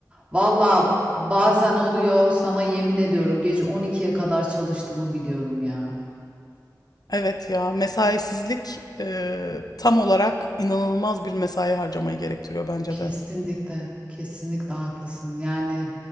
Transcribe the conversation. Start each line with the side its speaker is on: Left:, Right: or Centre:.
Right: valla bazen oluyor sana yemin ediyorum gece 12'ye kadar çalıştığımı biliyorum ya
Left: Evet ya, mesaisizlik e, tam olarak inanılmaz bir mesai harcamayı gerektiriyor bence
Right: Kesinlikle,
Left: de.
Right: kesinlikle haklısın. Yani